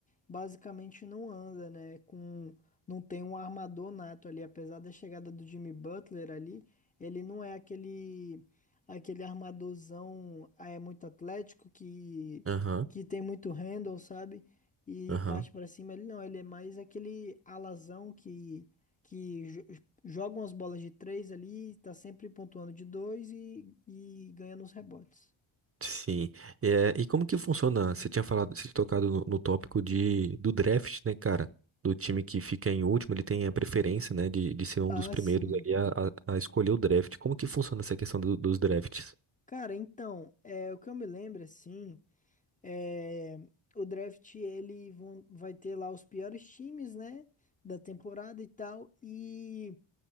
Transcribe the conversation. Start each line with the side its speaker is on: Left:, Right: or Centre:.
Left: basicamente não anda, né? Com não tem um armador nato ali, apesar da chegada do Jimmy Butler ali, ele não é aquele aquele armadorzão ah, é muito atlético que
Right: Aham,
Left: que tem muito handle, sabe? E
Right: aham.
Left: parte para cima, ele não, ele é mais aquele alazão que que jo- Joga umas bolas de três ali, tá sempre pontuando de dois e, e ganhando os rebotes.
Right: Sim. É, e como que funciona? Você tinha falado, você tinha tocado no, no tópico de, do draft, né, cara? Do time que fica em último, ele tem a preferência, né, de, de ser um
Left: Ah,
Right: dos primeiros
Left: sim.
Right: ali a, a- a escolher o draft. Como que funciona essa questão do- dos drafts?
Left: Cara, então, é, o que eu me lembro, assim, é, o draft, ele vão- vai ter lá os piores times, né, da temporada e tal, e